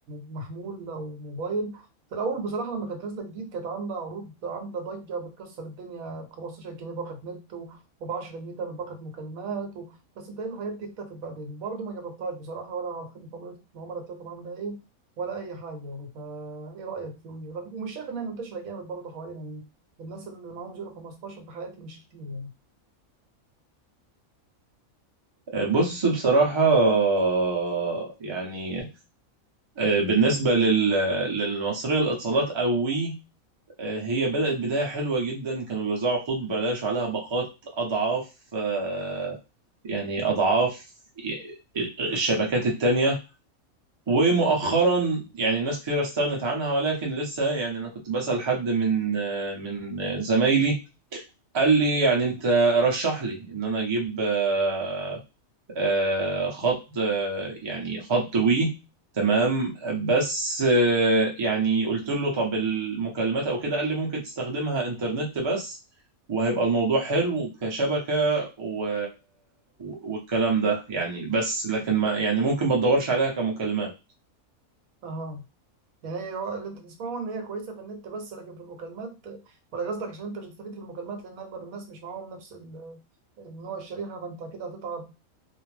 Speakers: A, on the right; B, on the right.
A: محمول او موبايل في الاول بصراحه لما كانت نازله جديد كانت عامله عروض عامله ضجه بتكسر الدنيا ب 15 جنيه باقه نت وب 10 جنيه تعمل باقه مكالمات و... بس بتهيألي الحاجات دي اختفت بعدين برضه ما جربتهاش بصراحه ولا على خدمه العملاء بتاعتهم عامله ايه ولا اي حاجه يعني فا ايه رايك في وي رغم- ومش شايف انها منتشره جامد برضه حوالينا يعني الناس اللي معاهم 0 15 في حياتي مش كتير يعني
B: آه، بص بصراحه آه، يعني آه، بالنسبه لل... للمصريه للاتصالات قوي آه، هي بدأت بداية حلوة جدا كانوا بيوزعوا خطوط ببلاش وعليها باقات أضعاف آه، يعني أضعاف الشبكات التانية ومؤخرا يعني ناس كتير استغنت عنها ولكن لسه يعني أنا كنت بسأل حد من آه، من زمايلي قال لي يعني أنت رشح لي إن أنا أجيب آه، آه، خض آه، يعني خض وي تمام بس آه، يعني قلت له طب المكالمات او كده قال لي ممكن تستخدمها انترنت بس وهيبقى الموضوع حلو كشبكة و... والكلام ده يعني بس لكن ما يعني ممكن ما تدورش عليها كمكالمات
A: اها يعني هي هو اللي انت تسمعه ان هي كويسه في النت بس لكن في المكالمات ولا قصدك عشان انت مش هتستفيد في المكالمات لان اغلب الناس مش معاهم نفس ال- النوع الشريحه فانت كده هتتعب